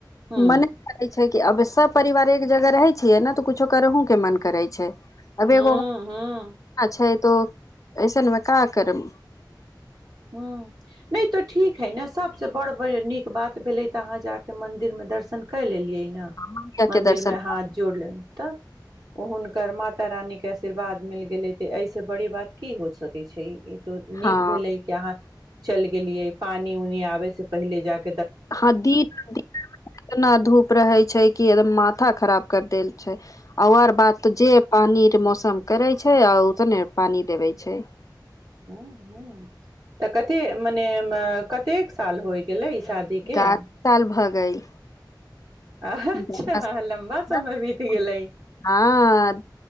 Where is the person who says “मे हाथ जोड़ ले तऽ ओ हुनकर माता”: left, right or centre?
Right